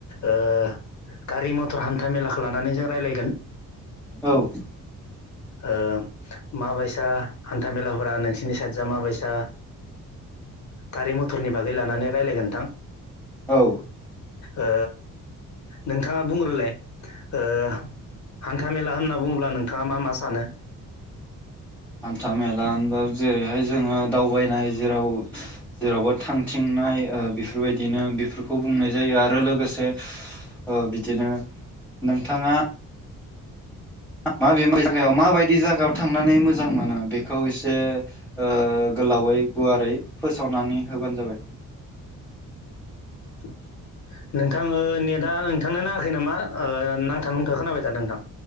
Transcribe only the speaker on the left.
ओ गारि मथर हान्था मेलाखौ लानानै जों रायलायगोन
ओ माबायसा हान्थामेलाफोरा नोंसिनि साइडजों माबायसा गारि मथरनि बागै लानानै रायलायगोन नोंथां
ओ नोंथाङा बुंग्रोलाय ओ हान्था मेला होनना बुङोब्ला नोंथाङा मा मा सानो
<inaudible> नोंथां ओ नेटा नोंथांनो नाङाखै नामा ओ नांथा नुंथा खोनाबाय थादों नोंथां